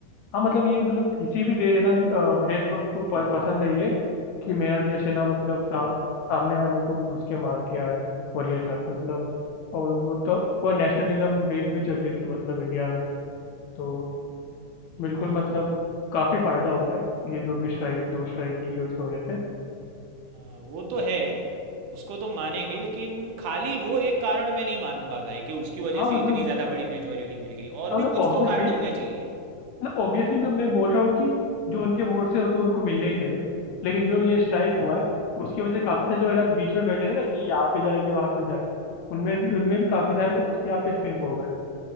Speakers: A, on the left (about 75°); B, on the right (about 75°).
A: हाँ मतलब ये मतलब किसी भी देश है ना अ, देशभक्त को प- पसंद है ये कि मेरा देश है ना मतलब सा, सामने वाले को घुस के मार के आए और ये सब मतलब और वो तो पूरा नेशनलिज्म वेव भी चल रही थी मतलब इंडिया में तो बिल्कुल
B: हाँ
A: मतलब काफी फायदा हुआ है ये जो भी स्ट्राइक दो स्ट्राइक की है उसकी वजह से
B: हाँ, वो तो है उसको तो मानेंगे लेकिन खाली वो एक कारण मैं नहीं मानूंगा भाई कि उसकी वजह
A: हाँ
B: से
A: मतलब
B: इतनी ज़्यादा बड़ी मेजोरिटी मिल गई और
A: हाँ
B: भी
A: मतलब
B: कुछ
A: ऑब्वियसली
B: तो कारण होने चाहिए
A: मतलब ऑब्वियसली मतलब मैं बोल रहा हूँ कि जो उनके वोट से हो तो उनको मिलने ही थे लेकिन जो ये स्ट्राइक हुआ है उसकी वजह से काफी सारे जो है ना बीच में बैठे थे ना कि यहाँ पे जाए कि वहाँ पे जाए उनमें से उनमें भी काफी सारे लोग उसके यहाँ पे स्विंग हो गए